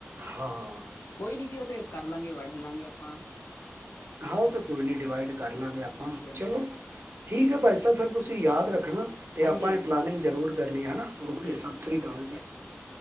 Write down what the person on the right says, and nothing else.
ਹਾਂ
ਆਹੋ ਤਾਂ ਕੋਈ ਨਹੀਂ ਡਿਵਾਈਡ ਕਰ ਲਾਂਗੇ ਆਪਾਂ
ਚਲੋ ਠੀਕ ਹੈ ਭਅਾਈ ਸਾਹਿਬ ਫਿਰ ਤੁਸੀਂ ਯਾਦ ਰੱਖਣਾ ਤੇ
ਆਪਾਂ ਇਹ ਪਲਾਨਿੰਗ
ਜ਼ਰੂਰ ਕਰਨੀ ਹੈ ਓਕੇ
ਸਤਿ
ਸ੍ਰੀ ਅਕਾਲ ਜੀ